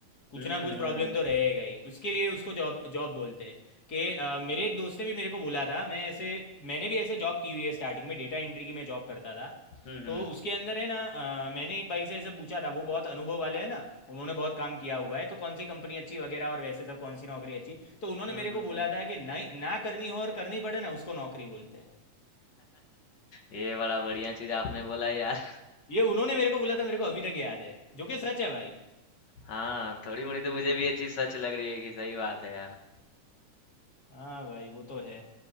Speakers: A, on the left (about 35°); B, on the left (about 75°).
A: कुछ
B: हम्म
A: ना कुछ प्रॉब्लम तो रहेगा ही उसके लिए उसको जॉब जॉब बोलते हैं कि अ, मेरे एक दोस्त ने भी मेरे को बोला था मैं ऐसे मैंने भी ऐसे जॉब की हुई है स्टार्टिंग में डेटा एंट्री की मैं जॉब करता था
B: हम्म
A: तो
B: हम्म
A: उसके अंदर है ना अ, मैंने एक भाई से ऐसे पूछा था वो बहुत अनुभव वाले हैं ना उन्होंने बहुत काम किया हुआ है तो कौन सी कंपनी अच्छी वगैरह और वैसे सब कौन सी नौकरी अच्छी तो
B: हम्म
A: उन्होंने मेरे
B: हम्म
A: को
B: हम्म, हम्म।
A: बोला
B: हम्म, हम्म, हम्म, हम्म, हम्म,
A: था कि ना ना करनी हो और करनी पड़े ना उसको नौकरी बोलते हैं
B: ये बड़ा बढ़िया चीज आपने बोला यार
A: ये उन्होंने मेरे को बोला था मेरे को अभी तक याद है जो कि सच है भाई
B: हाँ, थोड़ी-मोड़ी तो मुझे भी ये चीज़ सच लग रही है कि सही बात है यार।
A: हाँ भाई वो तो है